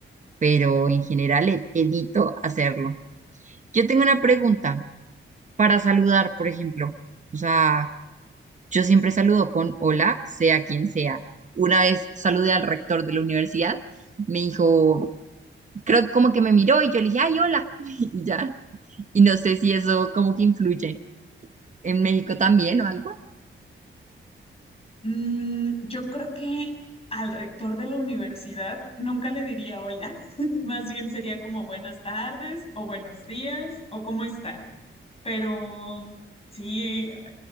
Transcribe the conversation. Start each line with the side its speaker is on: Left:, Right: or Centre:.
Right: pero en general e- evito hacerlo. Yo tengo una pregunta. para saludar, por ejemplo. O sea, yo siempre saludo con hola, sea quien sea. Una vez saludé al rector de la universidad, me dijo, creo que como que me miró y yo le dije, ay, hola, <laughs> y ya. Y no sé si eso como que influye en México también o algo
Left: Mm, yo creo que al rector de la universidad nunca le diría hola, <laughs> más bien sería como buenas tardes o buenos días o cómo está. Pero sí,